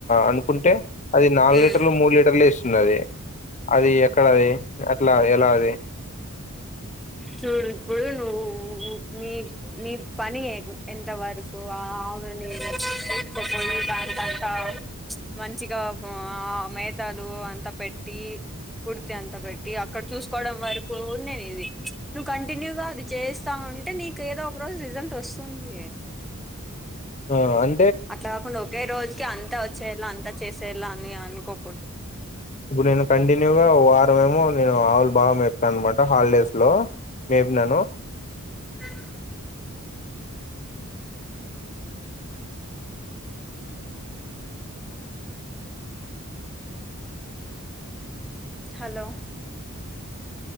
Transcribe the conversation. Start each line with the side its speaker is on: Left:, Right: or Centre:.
Left: అనుకుంటే అది నాలుగు
Centre: ఉమ్
Left: లీటర్లు మూడు లీటర్లే ఇస్తుంది అది అది ఎక్కడది ఎట్లా ఎలా అది
Centre: చూడు ఇప్పుడు నువ్వు మీ నీ పని ఎంత వరకు ఆ <unintelligible> మంచిగా ఆ మేతాలు అంత పెట్టి కుడితి అంతా పెట్టి అక్కడ చూసుకోవడం వరకు ఉంది నీది నువ్వు కంటిన్యూగా అది చేస్తావుంటే నీకు ఏదో ఒక రోజు రిజల్ట్ వస్తుంది
Left: ఆ అం
Centre: అట్లా కాకుండా ఒకే రోజుకి అంతా వచ్చేలా అంతా చేసేయాలా అని అనుకోకూడదు
Left: ఇప్పుడు నేను కంటిన్యూగా వారమ ఏమో నేను ఆవులు బాగ మేప్తా అనమాట హాలిడేస్ లో మేబి నేను
Centre: స హలో